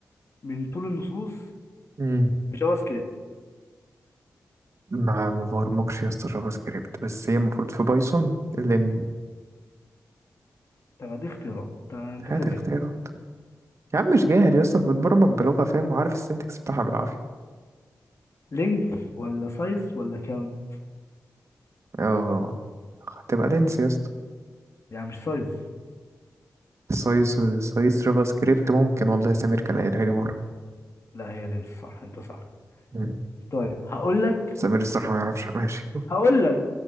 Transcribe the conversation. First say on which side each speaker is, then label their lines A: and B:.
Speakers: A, on the left; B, on the right.
A: من طول النصوص
B: مم.
A: في جافا سكريبت
B: ما ما برمجش يا اسطى جافا سكريبت بس هي المفروض في بايثون لين
A: طب هديك اختيارات طب انت
B: هات
A: كده جامد
B: اختيارات يا عم مش جاهل يا اسطى انت بتبرمج بلغة فاهم وعارف السنتكس بتاعها بالعافية
A: لينث ولا سايز ولا كاون
B: اه هتبقى لينس يا اسطى
A: يعني مش سايز
B: سايز سايز جافا سكريبت ممكن والله سمير كان قايلها لي مرة
A: لا هي لينث صح انت صح
B: مم.
A: طيب هقول لك
B: سمير الصراحة ما يعرفش ماشي
A: هقول لك